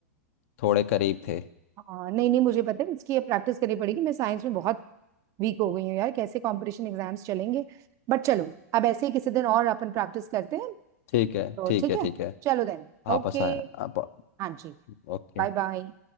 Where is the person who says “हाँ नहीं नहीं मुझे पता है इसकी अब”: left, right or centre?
Right